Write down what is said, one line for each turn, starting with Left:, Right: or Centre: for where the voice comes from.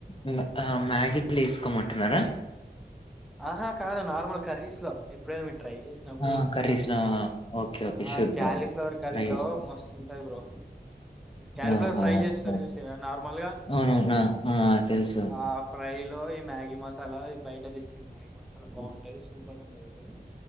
Left: హ్ ఆ మ్యాగీ వేసుకో మంటున్నారా
Centre: ఆహా కాదు నార్మల్ కర్రీస్ లో ఎప్పుడైనా మీరు ట్రై చేసినప్పుడు
Left: ఆ!
Centre: చెప్తున్నా
Left: కర్రీస్ ఆ! ఓకే. ఓకే.
Centre: ఆ
Left: షూర్
Centre: క్యాలీఫ్లవర్
Left: బ్రో.
Centre: కర్రిలో
Left: ట్రై చేస్తా.
Centre: మస్తు ఉంటాది బ్రో క్యాలిఫ్లర్
Left: ఓహో!
Centre: ఫ్రై చేస్తారు
Left: ఓహ్!
Centre: చూసింన్రా నార్మల్గా
Left: అవునవునా. ఆ! తెలుసు.
Centre: ఆ ఫ్రై లో ఈ మ్యాగీ మసాలా ఇది బయట తెచ్చింది. మ్యాగీ మసాలా బాగుంటాది సూపర్ ఉంటది. అసలు